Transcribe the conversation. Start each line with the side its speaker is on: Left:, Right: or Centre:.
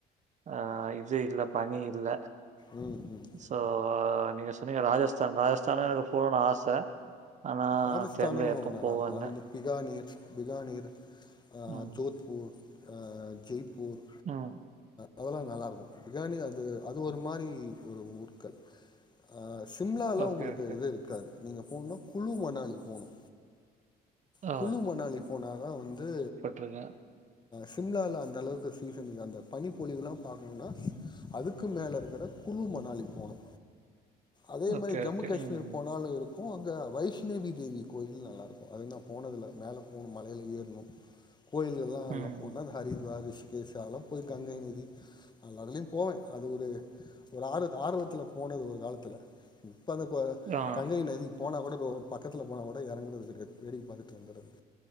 Right: ஆ இது இல்ல பணி இல்ல
Left: ம் ம்
Right: ஸோ நீங்க சொன்னீங்க ராஜஸ்தான் ராஜஸ்தானு எனக்கு போனூனு ஆச ஆனா
Left: ராஜஸ்தானு
Right: தெர்ல எப்போ
Left: நல்லாருக்கு
Right: போவன்னு
Left: அது இந்த பிகானீர் பிகானீர் அ
Right: ம்.
Left: ஜோத்பூர் அ ஜெய்ப்பூர்
Right: ம்
Left: அதெல்லா நல்லாருக்கு பிகானீ அது அது ஒரு மாரி ஒரு ஊற்க்கள் அ சிம்லால
Right: ஓகே,
Left: உங்களுக்கு
Right: ஓகே.
Left: இது இருக்காது நீங்க போணுனா குழு மணாலி போனு
Right: ஆ
Left: குழு மணாலி போனா தா வந்து
Right: போய்ருக்கே
Left: சிம்லால அந்த அளவுக்கு சீசன்க்கு அந்த பனிப்பொழிவுலா பாக்கணுனா அதுக்கு மேல இருக்குற குழு மணாலி போனு
Right: <inaudible>
Left: அதே
Right: ஓகே,
Left: மாரி ஜம்மு
Right: ஓகே.
Left: காஷ்மீர்
Right: ம்.
Left: போனாலு இருக்கு இருக்கு அங்க வைஷ்ணேவி தேவி கோயில் நல்லா இருக்கு அதுக்கு நா போனதுல்ல மேல போனு மலையில ஏற்ணு கோயில்கள்ல்லா
Right: ம்.
Left: எல்லா போன்னா இந்த ஹரித்வார் ரிஷிகேஷ் அதெல்லா போய் கங்கை நதி நல்லாதுலயு போவே அது ஒரு ஆர்வ ஆர்வத்துல போனது ஒரு காலத்துல இப்ப அதுப்பா
Right: ஆ.
Left: கங்கை நதி போனா கூட ரோ பக்கத்துல போனா கூட எறங்குறது கெடையாது வேடிக்க பாத்துட்டு வந்துர்றது